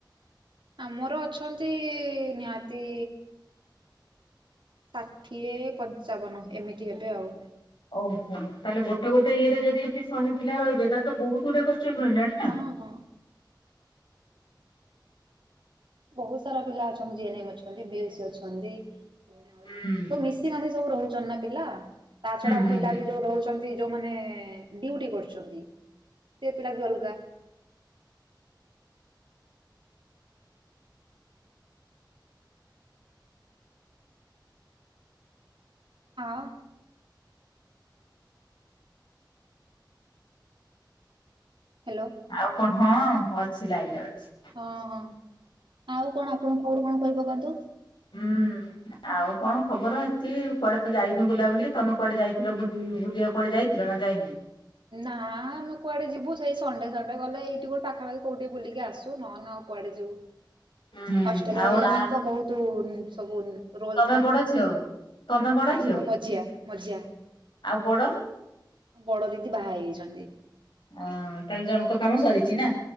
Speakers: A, on the right; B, on the left.
A: ଆମର ଅଛନ୍ତି ନିହାତି ଷାଠିଏ ପଞ୍ଚାବନ ଏମିତି ହେବେ ଆଉ।
B: ଓହୋ ତାହେଲେ ଗୋଟେ ଗୋଟେ ଇଏ ରେ ଯଦି ଏମତି ଶହେ ପିଲା ରହିବେ ତାହେଲେ ତ ବହୁତ <unintelligible>
A: ହଁ ହଁ। ବହୁତ ସାରା ପିଲା ଅଛନ୍ତି ଜିନେମ୍ ଅଛନ୍ତି ବିଏସି ଅଛନ୍ତି। ସବୁ
B: ହୁଁ
A: ମିଶି ମାସି ସବୁ ରହୁଛନ୍ତି ନା ପିଲା ତା ଛଡ଼ା
B: ହୁଁ
A: ପିଲା ବି ଯୋଉ ରହୁଛନ୍ତି ଯୋଉମାନେ ଡିଉଟି କରୁଛନ୍ତି ସେ ପିଲା ବି ଅଲଗା। ଆଉ ହାଲୋ
B: ଆଉ କଣ ହଁ ଅଛି ଲାଇନ୍ ରେ ଅଛି।
A: ହଁ ହଁ ଆଉ କଣ ଆପଣଙ୍କୁ କୋଉଠୁ କଣ କହିବ କୁହନ୍ତୁ?
B: ହୁଁ। ଆଉ କଣ ଖବର ଏମିତି କୁଆଡ଼େ ତ ଯାଇନୁ ବୁଲାବୁଲି ତମେ କୁଆଡ଼େ ଯାଇଥିଲ ବୁଲି ବୁଲିବାକୁ କୁଆଡେ଼ ଯାଇଥିଲ? ଜମ୍ମା ଯାଇନି।
A: ନା ଆମେ କୁଆଡ଼େ ଯିବୁ ସେଇ ସଣ୍ଡେ ସଣ୍ଡେ ଗଲେ ଏଇଠି କୋଉ ପାଖାପଖି କୋଉଠି ଟିକେ ବୁଲିକି ଆସୁ ନ ହେନେ ଆଉ କୁଆଡ଼େ ଯିବୁ।
B: ହୁଁ
A: ହଷ୍ଟେଲରେ
B: ଆଉ
A: ରହିଲା ମାନେ
B: ଆ
A: ତ ବହୁତୁ ସବୁ ରୋଲ
B: ତମେ
A: ଥାଏ
B: ବଡ
A: ତାଙ୍କୁ
B: ଝିଅ
A: ପୁଣି
B: ତମେ ବଡ
A: ନାଇଁ
B: ଝିଅ
A: ମୁଁ ମଝିଆ ମଝିଆ
B: ଆଉ ବଡ
A: ବଡ଼ ଦିଦି ବାହା ହେଇଯାଇଛନ୍ତି।
B: ଅଁ ତାହେଲେ ଜଣଙ୍କ କାମ ସରିଛି ନା?